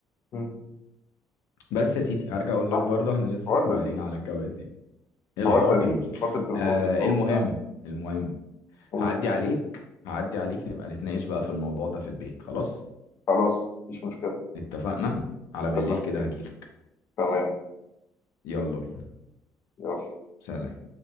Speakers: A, on the left; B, on the left.
A: مم.
B: بس يا سيدي هرجع اقول
A: صح
B: لك برضه احنا لسه
A: حوار
B: صغيرين
A: لذيذ
B: على الجواز يعني الحوار
A: حوار لذيذ
B: جميل
A: فترة الخطوبة
B: آه
A: وبتاع
B: المهم المهم
A: أوه،
B: هعدي عليك هعدي عليك نبقى نتناقش بقى في الموضوع ده في البيت خلاص
A: خلاص مفيش مشكلة
B: اتفقنا على
A: اتفق
B: بالليل كده هجيلك
A: تمام
B: يلا بينا
A: يلا.
B: سلام